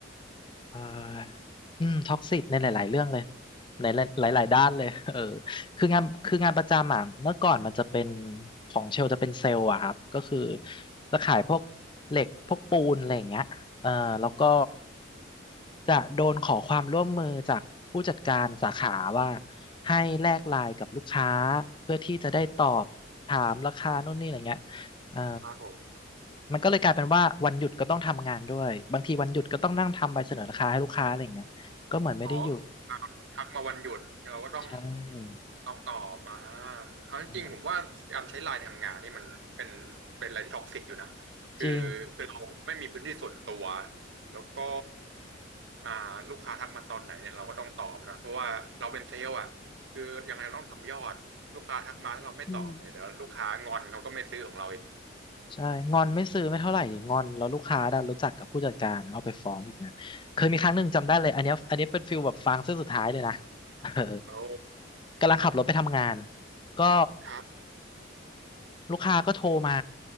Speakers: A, on the left (about 25°); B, on the right (about 60°).
A: เอ่ออืม ท็อกซิกในหลายๆเรื่องเลยในหลายๆด้านเลย <laughs> เออคืองานคืองานประจำอ่ะเมื่อก่อนมันจะเป็นของเชลจะเป็นเซลล์อะครับ ก็คือจะขายพวกเหล็กพวกปูนอะไรอย่างเงี้ยเออแล้วก็จะโดนขอความร่วมมือจากผู้จัดการสาขาว่าให้แลกไลน์กับลูกค้าเพื่อที่จะได้ตอบถามราคานู่นนี่อะไรเงี้ยเออ
B: ครับผม
A: มันก็เลยกลายเป็นว่าวันหยุดก็ต้องทำงานด้วยบางทีวันหยุดก็ต้องนั่งทำใบเสนอราคาให้ลูกค้าอะไรอย่างเงี้ยก็เหมือนไม่ได้หยุด
B: อ๋อทักมาวันหยุดเราก็ต้อง
A: ใช่
B: ต้องตอบมาเอาจริงๆผมว่าการใช้ไลน์ทำงานนี่มันเป็น
A: เออ
B: เป็นอะไรที่ท็อกซิกอยู่นะคือคือเราไม่มีพื้นที่ส่วนตัว
A: จริง
B: แล้วก็อ่าลูกค้าทักมาตอนไหนเนี่ยเราก็ต้องตอบนะเพราะว่าเราเป็นเซลล์อ่ะคือยังไงเราต้องทำยอดลูกค้าทักมาถ้าเราไม่ตอบเนี่ยเดี๋ยวลูกค้างอนเขาก็ไม่ซื้อของเราอีก
A: อืมใช่งอนไม่ซื้อไม่เท่าไหร่งอนแล้วลูกค้าดันรู้จักกับผู้จัดการเอาไปฟ้องอีกนะเคยมีครั้งหนึ่งจำได้เลยอันเนี้ยอันนี้เป็นฟิลแบบฟางเส้นสุดท้ายเลยนะ <laughs> เออ
B: เขา
A: กำลังขับรถไปทำงานก็
B: ครับ
A: ลูกค้าก็โทรมา